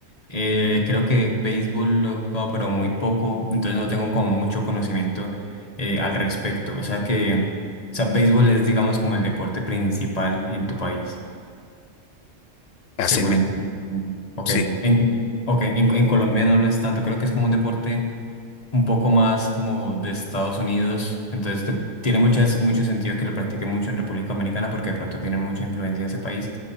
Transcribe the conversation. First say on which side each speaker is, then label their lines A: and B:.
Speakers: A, on the left; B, on the left.
A: Eh, creo que béisbol lo he jugado, pero muy poco, entonces no tengo como mucho conocimiento eh, al respecto. O sea que, o sea, béisbol es, digamos, como el deporte principal en tu país. Según
B: Así, mi-
A: entiendo. Ok.
B: sí,
A: En, en- ok, en, en Colombia no lo es tanto. Creo que es como un deporte un poco más como de Estados Unidos. Entonces te- tiene muchas, mucho sentido que lo practique mucho en República Dominicana porque de pronto tiene mucha influencia de ese país.